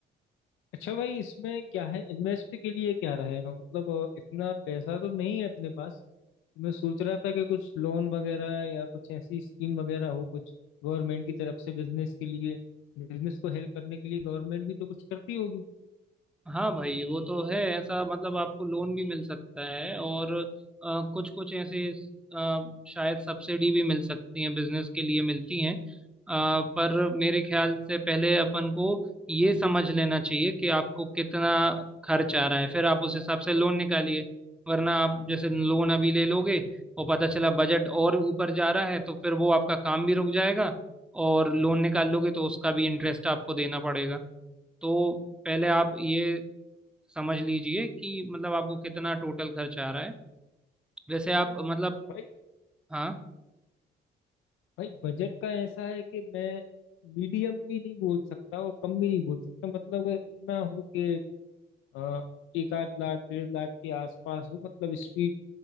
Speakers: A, on the left (about 90°); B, in the centre.
A: अच्छा भाई इसमें क्या है इन्वेस्ट के लिए क्या रहेगा मतलब अ, इतना पैसा तो नहीं है अपने पास तो मैं सोच रहा था कि कुछ लोन वगैरह या कुछ ऐसी स्कीम वगैरह हो कुछ गवर्नमेंट की तरफ से बिजनेस के लिए बिजनेस को हेल्प करने के लिए गवर्नमेंट भी तो कुछ करती होगी
B: हाँ भाई वो तो है ऐसा मतलब आपको लोन भी मिल सकता है और कुछ कुछ ऐसे अ, शायद सब्सिडी भी मिल सकती है बिजनेस के लिए मिलती हैं अ, पर मेरे ख्याल से पहले अपन को ये समझ लेना चाहिए कि आपको कितना खर्च आ रहा है फिर आप उस हिसाब से लोन निकालिए वरना आप जैसे लोन अभी ले लोगे और पता चला बजट और ऊपर जा रहा है तो फिर वो आपका काम भी रुक जाएगा और लोन निकाल लोगे तो उसका भी इंटरेस्ट आपको देना पड़ेगा तो पहले आप ये समझ लीजिए कि मतलब आपको कितना टोटल खर्च आ रहा है वैसे आप मतलब
A: भाई
B: हाँ
A: भाई बजट का ऐसा है कि मैं मीडियम भी नहीं बोल सकता और कम भी नहीं बोल सकता मतलब इतना हो कि अ, एक आध लाख डेढ़ लाख के आसपास हो मतलब स्ट्रीट